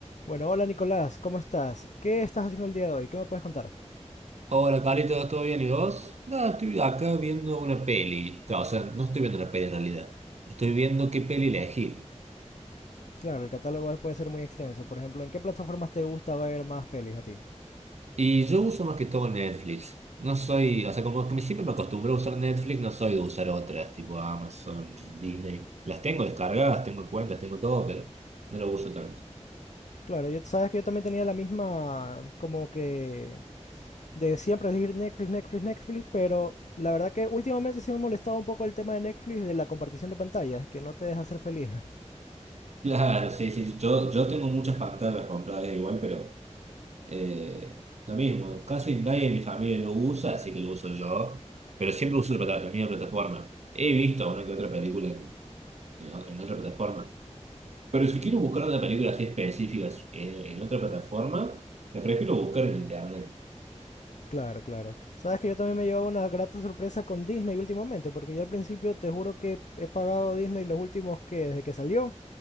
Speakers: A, on the left (about 75°); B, on the right (about 65°).
A: Bueno, hola Nicolás, ¿cómo estás? ¿Qué estás haciendo el día de hoy? ¿Qué me puedes contar?
B: Hola, Carlitos, ¿todo bien? ¿Y vos? Nada, estoy acá viendo una peli. No, O sea, no estoy viendo una peli en realidad. Estoy viendo qué peli elegir.
A: Claro, el catálogo puede ser muy extenso. Por ejemplo, ¿en qué plataformas te gusta ver más pelis a ti?
B: Y yo uso más que todo Netflix. No soy, o sea, como que me- siempre me acostumbro a usar Netflix, no soy de usar otras, tipo Amazon, Disney. Las tengo descargadas, tengo cuentas, tengo todo, pero no lo uso tanto.
A: Claro, yo sabes que yo también tenía la misma, como que de siempre elegir Netflix, Netflix, Netflix, pero la verdad que últimamente sí me molestaba un poco el tema de Netflix de la compartición de pantallas, que no te deja ser feliz. <laughs>
B: Claro, sí, sí. Yo, yo tengo muchas pantallas compradas igual, pero Eh, lo mismo, casi nadie en mi familia lo usa, así que lo uso yo, pero siempre uso la, plata- la misma plataforma. He visto una que otra película en, en o- en otra plataforma, pero si quiero buscar una película así específica en, en otra plataforma, la prefiero buscar en internet.
A: Claro, claro. Sabes que yo también me he llevado una grata sorpresa con Disney últimamente, porque yo al principio te juro que he pagado Disney los últimos que desde que salió.